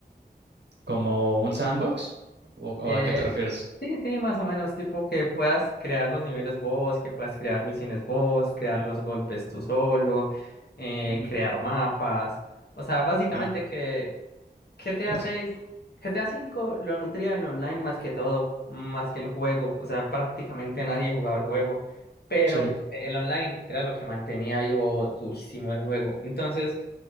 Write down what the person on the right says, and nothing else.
¿Como un sandbox? ¿O, o
a qué te refieres?
Mm,
ya.
Ex-
Sí,